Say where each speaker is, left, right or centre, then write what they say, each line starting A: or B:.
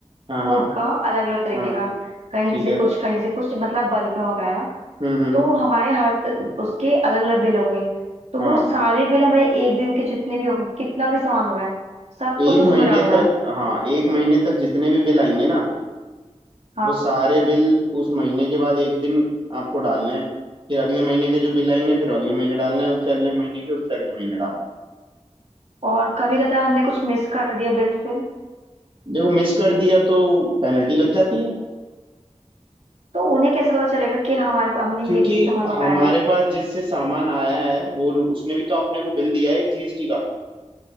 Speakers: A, on the right; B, on the right.
A: हाँ
B: फूड
A: हाँ
B: का अलग अलग तरीके
A: हाँ
B: का कहीं
A: ठीक
B: से
A: है
B: कुछ कहीं से कुछ मतलब बल्क में मंगाया
A: हम्म हम्म
B: तो हमारे हर त- उसके अलग अलग बिल होंगे तो
A: हाँ
B: वो सारे बिल हमें एक दिन के जितने भी होंगे कितना भी सामान मंगाए सब
A: एक
B: कुछ उसमें
A: महीने
B: डालना
A: तक
B: है
A: हाँ एक महीने तक जितने भी बिल आएंगे ना
B: हाँ
A: वो सारे बिल उस महीने के बाद एक दिन आपको डालने हैं फिर अगले महीने के जो बिल आएंगे फिर अगले महीने डालने हैं उससे अगले महीने के उससे अगले महीने डालने हैं
B: और कभी कदा हमने कुछ मिस कर दिया बिल फिर
A: देखो मिस कर दिया तो पेनल्टी लग जाती है
B: तो उन्हें कैसे पता चलेगा कि हमारे हमने
A: क्योंकि
B: ये भी सामान मंगाया
A: हमारे
B: है
A: पास जिससे सामान आया है वो उसने भी तो अपने को बिल दिया है एक जीएसटी का